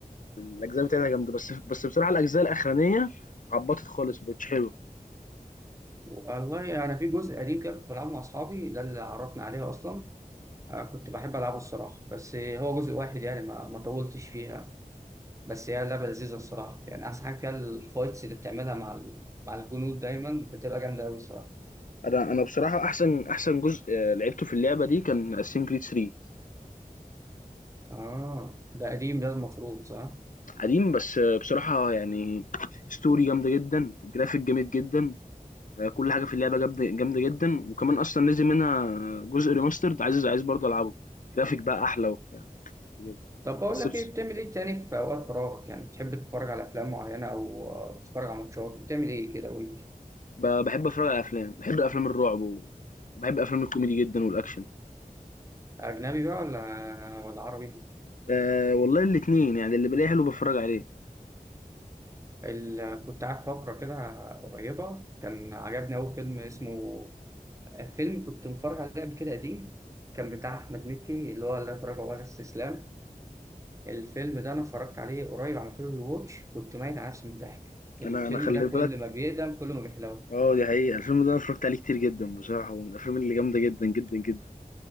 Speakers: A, on the left (about 60°); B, on the right (about 20°).
A: الاجزاء بتاعتها جامده بس بس بصراحه الاجزاء الاخرانيه عبطت خالص مبقتش حلوه
B: والله انا يعني في جزء قديم كده كنت بلعبه مع اصحابي ده اللي عرفنا عليه اصلا أنا كنت بحب العبه الصراحه بس هو جزء واحد يعني ما, ما طولتش فيها بس هي لعبه لذيذه الصراحه يعني احسن حاجه فيها الفايتس اللي بتعملها مع ال... مع الجنود دايما بتبقى جامده قوي الصراحه
A: انا انا بصراحه احسن احسن جزء آه، لعبته في اللعبه دي كان اسين كريد 3
B: اه ده قديم ده المفروض صح
A: قديم بس بصراحة يعني ستوري جامدة جدًا، جرافيك جامد جدًا، آآ كل حاجة في اللعبة جامدة جامدة جدًا، وكمان أصلًا نزل منها جزء remastered عايز عايز برضه ألعبه، جرافيك بقى أحلى وبتاع وكده،
B: طب بقول
A: بس
B: لك
A: بص
B: ايه بتعمل ايه تاني في اوقات فراغك يعني بتحب تتفرج على افلام معينه او آه، تتفرج على ماتشات بتعمل ايه كده قول لي
A: ب باحب أتفرج على أفلام، باحب أفلام الرعب و وباحب أفلام الكوميدي جدًا والأكشن،
B: اجنبي بقى ولا ولا عربي
A: آآ والله الاتنين يعني اللي بالاقيه حلو باتفرج عليه،
B: ال... كنت قاعد فقره كده قريبه كان عجبني قوي فيلم اسمه فيلم كنت متفرج عليه قبل كده قديم كان بتاع احمد مكي اللي هو لا تراجع ولا استسلام الفيلم ده انا اتفرجت عليه قريب عملت له واتش كنت ميت على نفسي من الضحك الفيلم
A: أنا أنا خلّي
B: ده كل
A: بالك
B: ما بيقدم كل ما بيحلو
A: آه دي حقيقة، الفيلم ده أنا اتفرجت عليه كتير جدًا بصراحة، ومن الأفلام اللي جامدة جدًا، جدًا، جدًا،